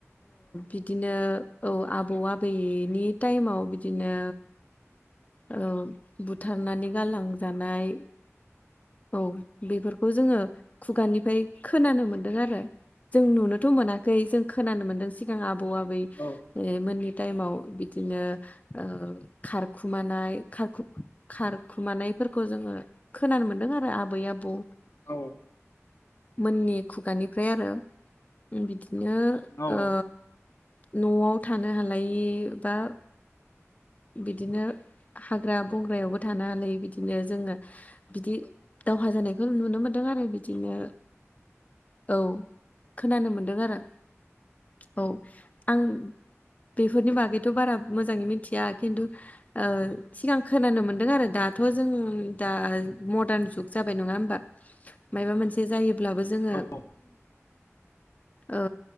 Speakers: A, on the left; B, on the left.
A: बिदिनो औ आबौ आबैनि टाइमाव बिदिनो औ बुथारनानै गालांजानाय औ बेफोरखौ जोङो खुगानिफ्राय खोनानो मोनदों आरो जों नुनोथ' मोनाखै जों खोनानो मोनदों सिगां आबौ आबै
B: औ
A: मोननि टाइमाव बिदिनो ओ खारखुमानायख खारखु खारखुमानायफोरखौ जोङो खोनानो मोनदों आरो आबै आबौ
B: औ
A: मोननि खुगानिफ्राय आरो बिदिनो
B: औ
A: ओ न'आव थानो हालायि बा बिदिनो हाग्रा बंग्रायावबो थानो हालायि बिदिनो जोङो बिदि दावहा जानायखौ नुनो मोनदों आरो बिदिनो औ खोनानो मोनदों आरो औ। आं बेफोरनि बागैथ' बारा मोजाङै मिथिया खिन्थु ओ सिगां खोनानो मोनदों आरो दाथ' जों दा मदार्न जुग जाबाय। नङा होमबा? मायबा मोनसे जायोब्लाबो जोङो
B: औ
A: ओ